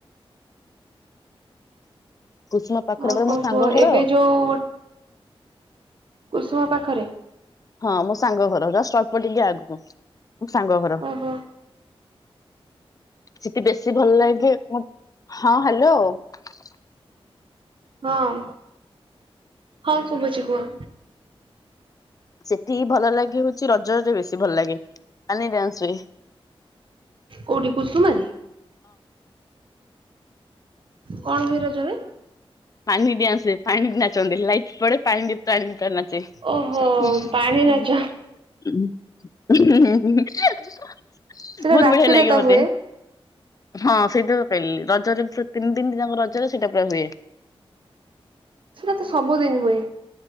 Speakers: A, on the left; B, on the right.
A: କୁସୁମା ପାଖରେ
B: ଆଉ
A: ପରା
B: କଣ
A: ମୋ ସାଙ୍ଗ
B: କୁହ
A: ଘର
B: ଏବେ ଯୋଉ କୁସୁମ ପାଖରେ
A: ହଁ ମୋ ସାଙ୍ଗ ଘର ଜଷ୍ଟ ଅଳ୍ପ ଟିକେ ଆଗକୁ ମୋ ସାଙ୍ଗ ଘର
B: ଓହୋ
A: ସେଠି ବେଶୀ ଭଲ ଲାଗେ ହଁ ହ୍ୟାଲୋ ଆ!
B: ହଁ ହଁ ଶୁଭୁଛି କୁହ?
A: ସେଠି ଭଲ ଲାଗି ହଉଛି ରଜଜ ବେଶୀ ଭଲ ଲାଗେ କାନ ଡ୍ୟାନ୍ସ ହୁ
B: କଉଠ କସୁମାରେ? କଣ ହୁଏ ରଜରେ?
A: ପାଣି ଡିଏଆଁସେ ହୁଏ ପାଣି ନାଚତ୍ନି ଲାଇଟି ପଡେ ପାଣି ତାଣି ପା ନାଚେ
B: ଓହୋ
A: ହୁଁ
B: ପାଣି ନାଚ
A: ହୁଁ ହୁଁ। ହୁଁ ହୁଁ ହ୍ନେ। ବହୁତ
B: ସେଟା ରାତିରେ
A: ବଢିଆ ଲାଗିବ
B: ତ
A: ମତେ
B: ହୁଏ।
A: ହଁ ସେଇତୁ। ପାଇଲି ରଜରେ ତିନି ଦତିିନି ଯାକ ରଜରେ ସେଇଟା ପୁରା ହୁଏ।
B: ସେଟା ତ ସବୁଦିନ ହୁଏ।